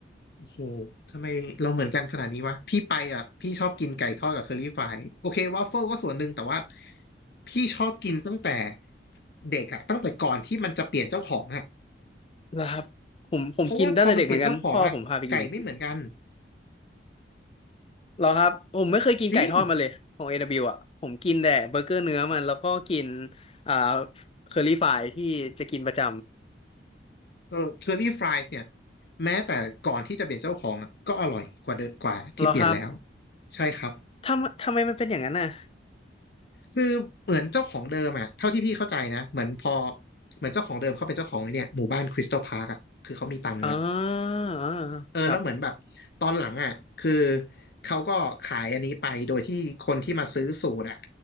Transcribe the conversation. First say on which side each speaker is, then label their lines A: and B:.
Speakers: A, on the left; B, on the left.
A: โอ้โหทำไมเราเหมือนกันขนาดนี้วะพี่ไปอ่ะพี่ชอบกินไก่ทอดกับเคอรี่ฟรายโอเควาฟเฟิลก็ส่วนหนึ่งแต่ว่าพี่ชอบกินตั้งแต่เด็กอ่ะตั้งแต่ก่อนที่มันจะเปลี่ยนเจ้าของอ่ะ
B: นะครับผมผมกินตั้งแต่เด็กเหมือนกันพ่อผมพาไปกิน
A: เพราะว่าพอมันเปลี่ยนเจ้าของอ่ะไก่ไม่เหมือนกัน
B: เหรอครับผมไม่เคยกินไก่ทอดมาเลยของ
A: จริง
B: A&W อดับเบิลยูอ่ะผมกินแต่เบอร์เกอร์เนื้อมันแล้วก็กินอ่าเคอรี่ฟรายที่จะกินประจ
A: เออเคอรี่ฟรายเนี่ยแม้แต่ก่อนที่จะเปลี่ยนเจ้าของอ่ะก็อร่อยกว่าเดิมกว่าที่เปลี่ยนแล้ว
B: ำเหรอครับ
A: ใช่ครับ
B: ทำทำไมมันเป็นอย่างนั้นน่ะ
A: คือเหมือนเจ้าของเดิมอ่ะเท่าที่พี่เข้าใจนะเหมือนพอเหมือนเจ้าของเดิมเขาเป็นเจ้าของไอ้เนี่ยหมู่บ้านคริสตัลพาร์คอ่ะคือเขามีตังค์แล้ว
B: อ๋ออ๋อ
A: เออแล้วเหมือนแบบตอนหลังอ่ะคือ
B: ครับ
A: เขาก็ขายอันนี้ไปโดยที่คนที่มาซื้อสูตรอ่ะ